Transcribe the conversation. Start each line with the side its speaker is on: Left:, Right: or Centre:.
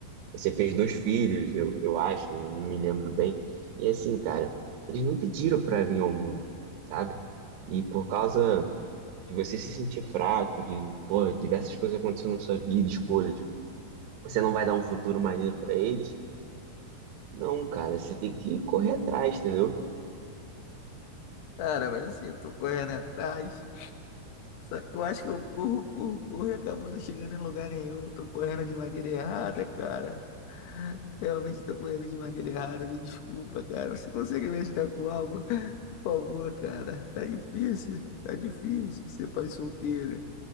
Right: você fez dois filhos, eu, eu acho, não me lembro bem. E assim, cara, eles não pediram para vir ao mundo, sabe? E por causa de você se sentir fraco, de, porra, diversas coisas acontecendo na sua vida, escolhas, você não vai dar um futuro maneiro para eles? Não, cara, você tem que correr atrás, entendeu?
Left: Cara, mas assim, eu tô correndo atrás. Só que eu acho que eu corro, corro, corro e acabo não chegando em lugar nenhum. Eu tô correndo de maneira errada, cara. Realmente estou correndo de maneira errada. Me desculpa, cara. Você consegue me ajudar com algo? <laughs> Por favor, cara. Tá difícil. Tá difícil ser pai solteiro.